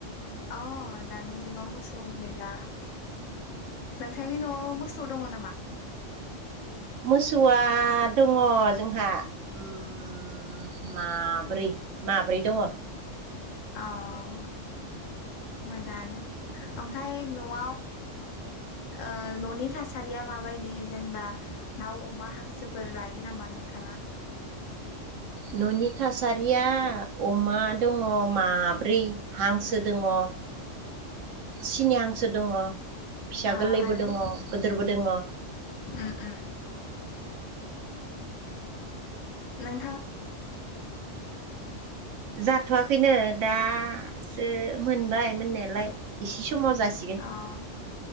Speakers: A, on the left; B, on the right.
A: अह दानि जुगाव मोसौ गैला नोंथांनि न'आव मोसौ दङ' नामा?
B: मोसौआ दङ' जोंहा ओम माब्रै माब्रै दङ।
A: अह मोजांआनो ओमफ्राय न'आव ओ न'नि थासारिया माबायदि जेनेबा दाउ अमा हांसोफोर लायो नामा नोंथाङा
B: न'नि थासारिया अमा दङ' माब्रै हांसो दङ' सिनि हांसो दङ'। फिसा
A: अह
B: गोरलैबो
A: आरो
B: दङ
A: ओम
B: गोदोरबो दङ
A: ओम। नों
B: जाथ'वाखैनो दासो मोनबाय मोननायालाय एसे समाव जासिगोन
A: अह